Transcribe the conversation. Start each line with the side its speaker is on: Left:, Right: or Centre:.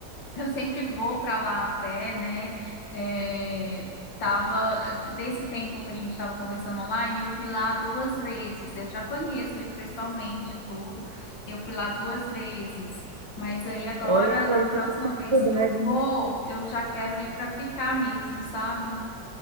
Left: Eu sempre vou para lá até, né? É, tava desse tempo que a gente estava conversando online, eu fui lá duas vezes. Eu já conheço ele pessoalmente e tudo. Eu fui lá duas vezes. Mas aí agora,
Right: Olha para
Left: na próxima
Right: isso, quanta
Left: vez
Right: novidade,
Left: que eu
Right: hein?
Left: for, eu já quero ir para ficar mesmo, sabe?